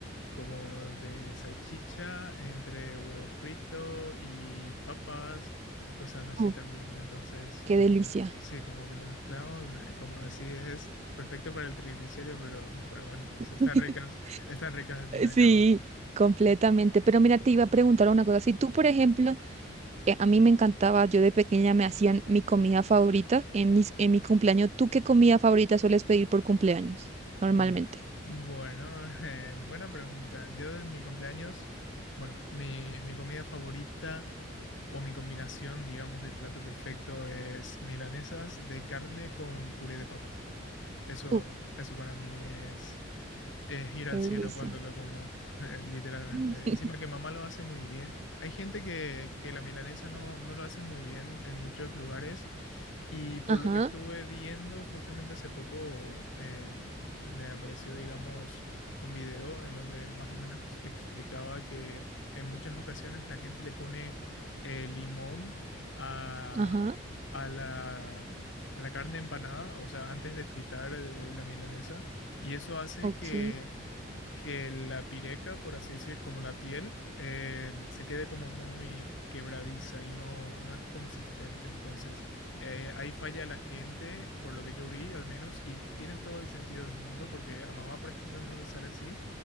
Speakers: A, on the left (about 65°); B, on the right (about 30°).
A: como de salchicha entre huevos fritos y papas, cosas así
B: Uh,
A: también. Entonces,
B: qué
A: como
B: delicia.
A: que sí, como que le mezclamos. eh, como decís, es perfecto para el triglicérido, pero, pero bueno,
B: <laughs>
A: están ricas, están ricas al fin y al
B: Sí,
A: cabo.
B: completamente. Pero mira, te iba a preguntar una cosa. Si tú, por ejemplo, eh, a mí me encantaba, yo de pequeña me hacían mi comida favorita en mis, en mi cumpleaños. ¿Tú qué comida favorita sueles pedir por cumpleaños normalmente?
A: Mm, Bueno, <laughs> eh, buena pregunta. Yo en mi cumpleaños, bueno, mi, mi comida favorita o mi combinación, digamos, de plato perfecto es milanesas de carne con puré de papas. Eso,
B: Uh,
A: eso para mí es, es ir
B: qué
A: al
B: delicia.
A: cielo cuando lo como, <laughs> eh, literalmente.
B: <laughs>
A: Encima que mamá lo hace muy bien. Hay gente que, que la milanesa no, no lo hace muy bien en muchos lugares. Y por
B: Ajá,
A: lo que estuve viendo justamente hace poco, eh, me apareció, digamos, un video en donde más o menos explicaba que en muchas ocasiones la gente le pone eh, limón a,
B: ajá.
A: a la, a la carne empanada, o sea, antes de fritar eh, la milanesa, y eso hace
B: Ok.
A: que que la pireca, por así decir, como la piel, eh, se quede como muy quebradiza y no, no es consistente. Entonces, eh, ahí falla la gente, por lo que yo vi al menos, y tiene todo el sentido del mundo, porque a mamá, por ejemplo, no le sale así,